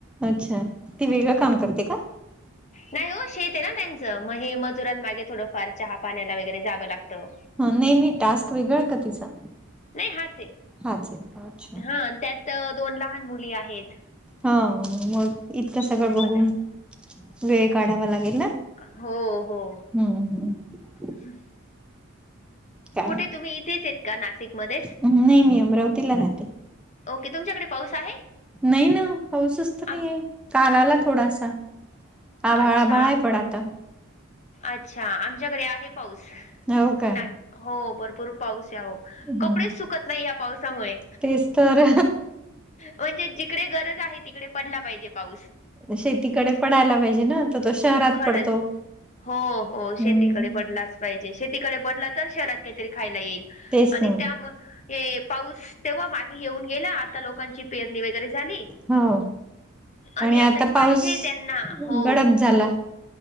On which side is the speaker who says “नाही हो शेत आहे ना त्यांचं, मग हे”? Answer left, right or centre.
Left